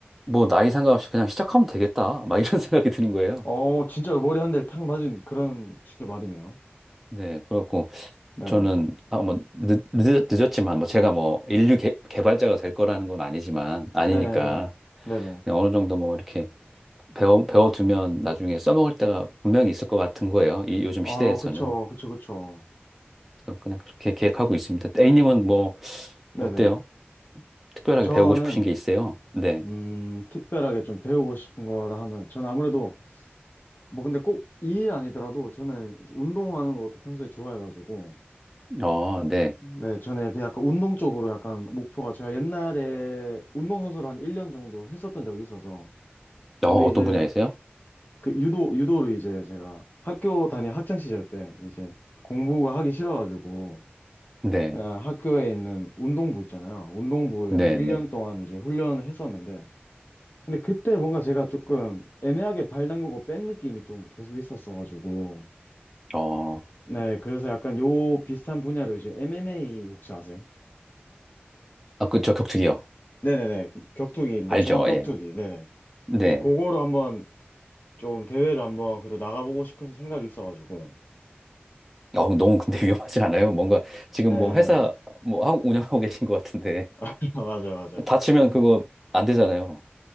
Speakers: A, in the centre; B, on the left (about 50°).
A: 뭐 나이 상관없이 그냥 시작하면 되겠다 막 이런 <laughs> 생각이 드는 거예요.
B: 어, 진짜 머리 한 대를 탁 맞은 그런 진짜 말이네요.
A: 네 그렇고
B: 네네.
A: 저는 아뭐 늦었지만 뭐 제가 뭐 인류 개, 개발자가 될 거라는 건 아니지만 아니니까
B: 네. 네네.
A: 그냥 어느 정도 뭐 이렇게 배워, 배워두면 나중에 써먹을 때가 분명히 있을 것 같은 거예요. 이 요즘
B: 어,
A: 시대에서는.
B: 그쵸, 그쵸, 그쵸.
A: 그럼 그냥 그렇게 계획하고 있습니다. A님은 뭐,
B: 네네.
A: 어때요? 특별하게
B: 저는,
A: 배우고 싶으신 게 있어요? 네.
B: 음, 특별하게 좀 배우고 싶은 거라 하면, 저는 아무래도, 뭐 근데 꼭 이 일 아니더라도 저는 운동하는 것도 평소에 좋아해가지고,
A: 어, 네.
B: 네, 저는 그 약간 운동 쪽으로 약간 목표가 제가 옛날에 운동선수를 한 1년 정도 했었던 적이 있어서,
A: 어,
B: 근데
A: 어떤
B: 이제
A: 분야에서요?
B: 그 유도 유도를 이제 제가 학교 다니 학창 시절 때 이제 공부가 하기 싫어가지고
A: 네.
B: 그냥 학교에 있는 운동부 있잖아요. 운동부에
A: 네,
B: 한 1년
A: 네.
B: 동안 이제 훈련을 했었는데 근데 그때 뭔가 제가 조금 애매하게 발 담그고 뺀 느낌이 좀 계속 있었어가지고
A: 어,
B: 네 그래서 약간 요 비슷한 분야로 이제 MMA 혹시 아세요?
A: 아, 그, 저 격투기요.
B: 네네네 격투기인데
A: 알죠,
B: 종합 격투기
A: 예.
B: 네네
A: 네.
B: 그래서 그거로 한번 좀 대회를 한번 그래도 나가보고 싶은 생각이 있어가지고
A: 어, 너무 근데 <laughs> 위험하지 않아요? 뭔가 지금
B: 예
A: 뭐 회사 뭐 하고 운영하고 계신 것 같은데.
B: <laughs> 맞아요 맞아요
A: 다치면 그거 안 되잖아요.